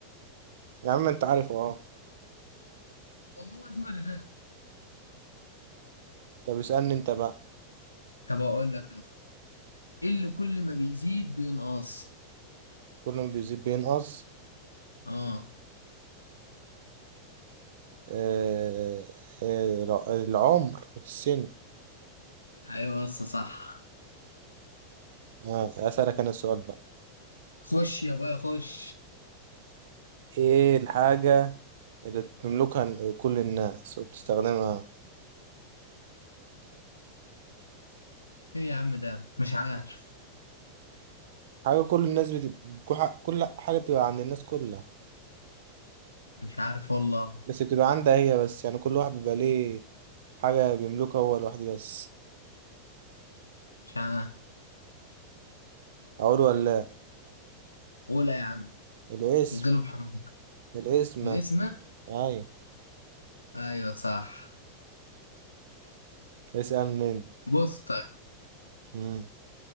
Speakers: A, on the right (about 55°); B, on the left (about 80°).
A: يا عم انت عارف اه
B: والله لازم أنا
A: طب اسألني انت بقى
B: <laughs> طب أقول لك أصلا إيه اللي كل ما بيزيد بينقص؟
A: كل ما بيزيد بينقص
B: أه
A: آه. آه. الع- العمر السن
B: أيوه بس صح
A: آه أسألك أنا السؤال بقى
B: خش يا بايا خش
A: إيه الحاجة اللي بتملكها كل الناس وبتستخدمها
B: إيه يا عم ده؟ مش عارف
A: حاجة كل الناس بتبقى كل حاجة بتبقى عند الناس كلها
B: مش عارف والله
A: بس بتبقى عندها هي بس يعني كل واحد بيبقى ليه حاجة بيملكها هو لوحده بس
B: مش عارف
A: أقول ولا لأ؟
B: قولها يا عم
A: الاسم
B: غلب حمار
A: الاسم
B: الاسم
A: أيوة
B: أيوه صح
A: اسألني أنت.
B: بص طيب
A: مم.